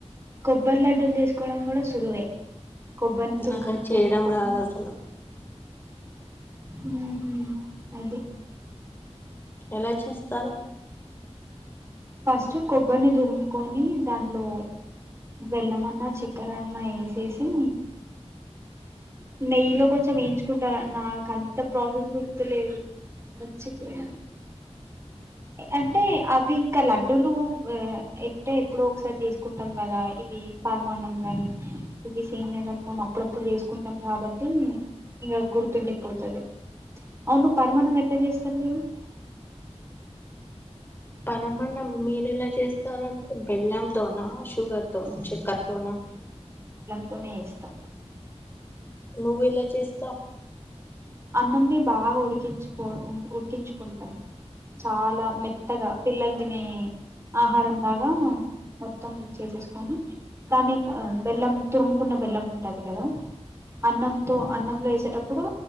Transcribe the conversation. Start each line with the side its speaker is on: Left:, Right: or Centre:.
Right: కొబ్బరి లడ్డల్ చేసుకోవడం కూడా సులువే. కొబ్బర్ని తురు
Left: నాకు అది చేయడం
Right: తురుముకొనీ.
Left: రాదు అసలు
Right: ఊహు అదే
Left: ఎలా చేస్తారు
Right: ఫస్టు కొబ్బర్నీ దురుముకొనీ దాంట్లో. బెల్లమన్నా చెక్కరన్నా ఏశేశీ. నెయ్యిలో కొంచెం ఏయించుకుంటా నాకంత ప్రాసెస్ గుర్తులేదు. మచ్చపోయాను అంటే అవ్వి. కా లడ్డూలూ ఆ అంటే ఎప్పుడో ఒక్సారి తీసుకుంటాం గదా ఇదీ పరమాన్నం గానీ. ఇవి సేమ్యా గాని మనం అప్పుడప్పుడు చేసుకుంటాం కాబట్టీ. ఇగా గుర్తుండిపోతది. అవును పరమన్నం ఎట్ల చేస్తరు మీరు. అ
Left: పరమన్నం మీరెలా చేస్తారంటే బెల్లం తోనా శుగర్తో చెక్కర్తో నా
Right: తోనే చేస్తాం
Left: నువ్వెలా చేస్తావ్
Right: అన్నంని బాగా ఉడికించుకో ఉడికించుకుంటం చాలా. లా మెత్తగా పిల్లల్ తినే ఆహారంలాగా మొత్తం చేసేసుకోని దాన్ని బెల్లం ఆ తురుముకు కున్న బెల్లం ఉంటది గదా అన్నంతో అన్నంలో ఏశేటప్పుడూ.